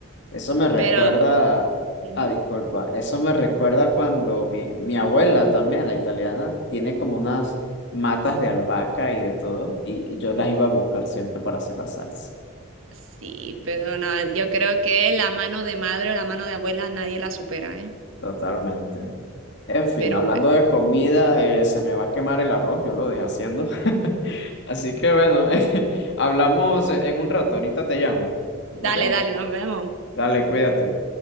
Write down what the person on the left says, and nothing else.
eso me recuerda,
ah, disculpa, eso me recuerda cuando mi, mi abuela también, la italiana, tiene como unas matas de albahaca y de todo, y yo las iba a buscar siempre para hacer la salsa.
Sí,
Totalmente. En fin,
hablando
de comida, eh, se me va a quemar el arroz, yo lo dejé haciendo. <laughs> Así que bueno, <laughs> hablamos en un rato, ahorita te llamo,
¿ok?
Dale, cuídate.